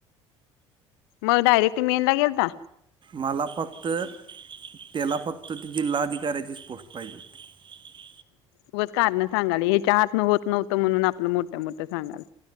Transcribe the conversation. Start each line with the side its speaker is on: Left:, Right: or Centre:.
Left: मग डायरेक्ट मेन ला गेलता.
Right: माला फक्त त्याला फक्त ती जिल्हाधिकाऱ्याची पोष्ट पाहिजे होती.
Left: उग कारण सांगाली ह्याच्या हातनं होत नव्हतं म्हणून आपलं मोठं मोठं मोठ्या सांगाल